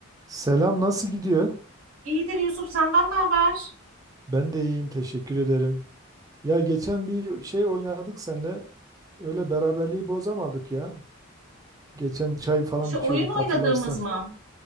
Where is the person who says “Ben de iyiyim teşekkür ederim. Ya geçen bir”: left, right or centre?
Right